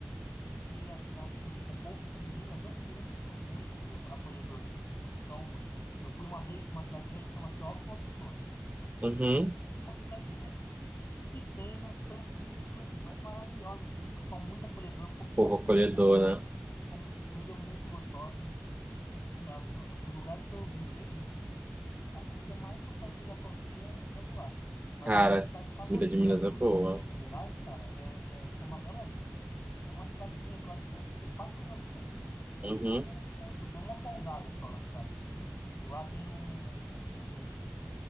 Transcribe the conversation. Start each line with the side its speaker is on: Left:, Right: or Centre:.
Left: E, a- assim, o povo de Minas é muito, muito acolhedor. Então, eu fui uma vez numa cidadezinha que chama Teófilo Otoni.
Right: Uhum.
Left: Uma cidadezinha, assim, que- pequena, tranquila, mas maravilhosa, assim. Pessoal muito acolhedor, comida
Right: Povo
Left: muito...
Right: acolhedor, né?
Left: Com, comida muito gostosa. Assim, na- dos lugares que eu visitei, A comida mais gostosa que eu já comi é, é de lá. Mas
Right: Cara,
Left: a minha cidade favorita
Right: comida de Minas
Left: do,
Right: é boa.
Left: de Minas Gerais, cara, é, é, chama Bela Vista. É uma cidadezinha que eu acho que deve ter 4 mil habitantes.
Right: Uhum.
Left: É pequena, pequena. tudo. Tem uma pousada só na cidade. E lá tem um, um-